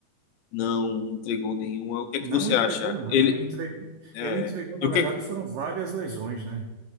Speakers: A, on the left; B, on the right.
A: não entregou nenhuma. O que
B: Não
A: é que você
B: entregou
A: acha?
B: nada,
A: Ele
B: né? Entre-
A: é,
B: Ele entregou, na
A: e o
B: verdade,
A: que é-
B: foram várias lesões, né?